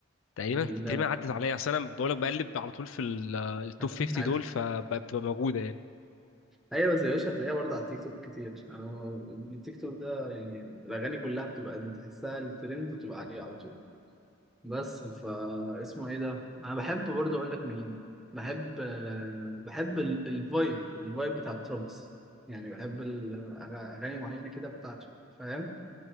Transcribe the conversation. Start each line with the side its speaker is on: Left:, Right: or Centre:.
Left: تقريبا
Centre: ال...
Left: تقريبا عدت عليا اصل انا بقول لك بقلب على طول في ال- التوب
Centre: هت...
Left: 50
Centre: هت...
Left: دول فبتبقى موجوده يعني
Centre: ايوه بس يا باشا هتلاقيها برضه على التيك توك كتير أهو التيك توك ده يعني الاغاني كلها بتبقى تحسها الترند بتبقى عليه على طول بس فا اسمه ايه ده انا بحب برضو اقول لك مين بحب آه، بحب ال- الفايب الفايب بتاع ترافيس يعني بحب ال- أغ- اغاني معينه كده بتاعته فاهم